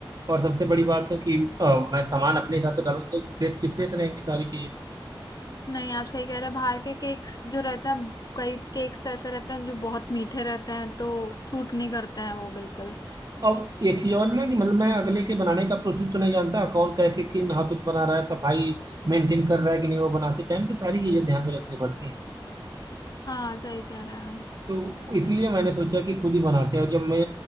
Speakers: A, on the right (about 45°); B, on the left (about 45°).
A: और सबसे बड़ी बात है कि अ, मैं सामान अपने हिसाब से डालूंगा तो फ्रेश की फ्रेश रहेंगी सारी चीजें
B: नहीं आप सही कह रहे हैं बाहर के केक्स जो रहते हैं कई केक्स तो ऐसे रहते हैं जो बहुत मीठे रहते हैं तो सूट नहीं करते हैं वो बिल्कुल
A: अब एक चीज और ना कि मतलब मैं अगले के बनाने का प्रोसेस तो नहीं जानता कौन कैसे किन हाथों से बना रहा है सफाई मेंटेन कर रहा है कि नहीं वो बनाते टाइम तो सारी चीजें ध्यान में रखनी पड़ती हैं
B: हाँ सही कह रहे हैं आप
A: तो इसलिए मैंने सोचा कि खुद ही बनाते हैं और जब मैं